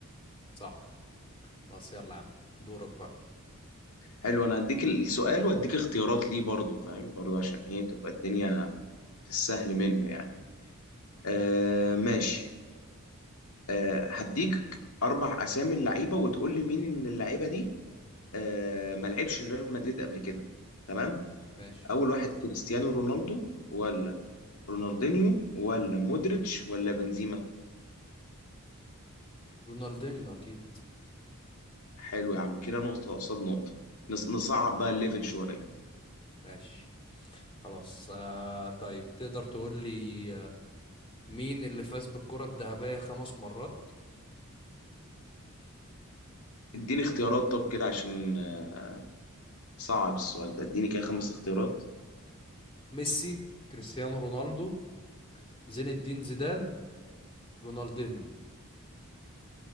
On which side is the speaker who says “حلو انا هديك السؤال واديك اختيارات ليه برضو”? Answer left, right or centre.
Left